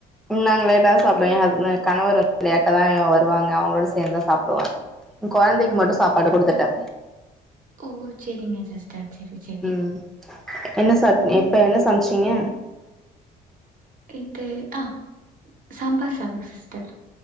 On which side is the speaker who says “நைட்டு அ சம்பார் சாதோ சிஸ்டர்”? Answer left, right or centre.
Right